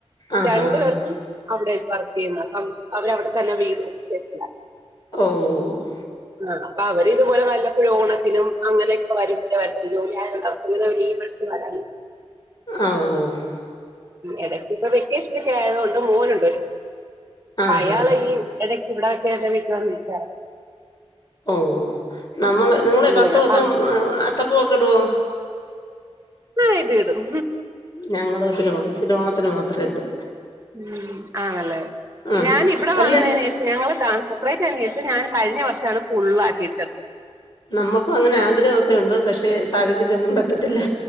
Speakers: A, on the left (about 40°); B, on the right (about 25°).
A: ആഹാ!
B: രണ്ട്
A: ആഹാ!
B: പേർക്കും അവിടെ വർക്കെയ്യുന്ന അവരവിടെ തന്നെ വീട് സെറ്റില്ല
A: ഓഹ്
B: ആഹ് അപ്പ അവര് ഇതുപോലെ വല്ലപ്പഴും ഓണത്തിനും അങ്ങനെയൊക്കെ വരുമ്പഴേ വരതൊള്ള് ജോലി ആയോണ്ട് അവർക്കങ്ങനെ വലിയ ലീവ് ഇട്ത് വരാനും
A: ആഹ് ഓഹ്
B: എടക്ക് ഇപ്പൊ വെക്കേഷനൊക്കെ ആയതോണ്ട് മോനുണ്ട്
A: ആഹാഹാ!
B: അയാളെ ഈ എടയ്ക്കിവിടെ ചേട്ടന്റെ വീട്ടിവന്ന് നിക്കാറൊണ്ട്
A: ഓഹ് നമ്മൾ നിങ്ങളെ
B: ഉം
A: പത്തൂസം
B: അപ്പൊ ആ
A: അത്തപ്പൂവൊക്കെ ഇടുവോ
B: ആഹ് ഇടുടും
A: ഞങ്ങള് തിരുവോണം തിരുവോണത്തിന് മാത്രെ ഇടൂ
B: ഉം ആണല്ലേ
A: ഉം.
B: ഞാൻ ഇവിടെ
A: അല്ല
B: വന്നേനേഷം ഞങ്ങള് സപ്റേറ്റായേനേഷം ഞാൻ കഴിഞ്ഞ വർഷാണ് ഫുള്ളായ്ട്ട് ഇ
A: നമ്മക്കും അങ്ങനെ ആഗ്രഹവൊക്കെയൊണ്ട് പക്ഷെ സാഹചര്യവൊന്നും പറ്റത്തില്ല